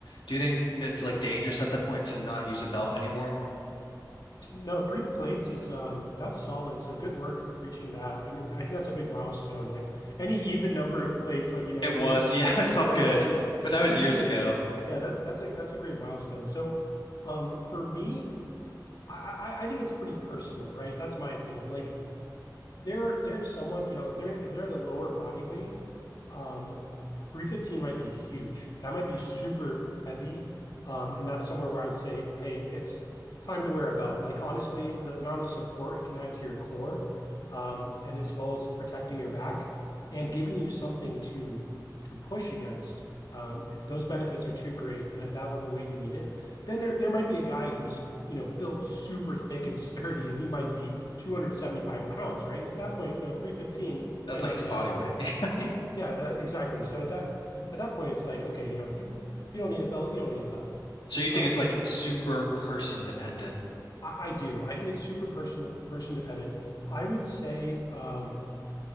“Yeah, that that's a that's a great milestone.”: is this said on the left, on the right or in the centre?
Left